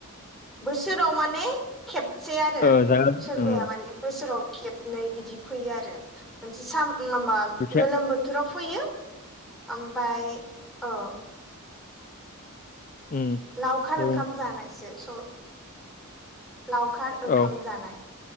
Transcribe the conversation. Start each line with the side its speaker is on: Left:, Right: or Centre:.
Centre: बोसोराव माने खेबसे आरो
Left: ओ जागोन
Centre: सोरबाया
Left: उम
Centre: माने बोसोराव खेबनै बिदि फैयो आरो मोनसे सा माबा
Left: गुरखिया
Centre: गोलोम बोथोराव फैयो ओमफाय औ
Left: उम
Centre: लावखार
Left: दे
Centre: ओंखाम
Left: बुं
Centre: जानायासो स लावखार ओंखाम
Left: औ
Centre: जानाय।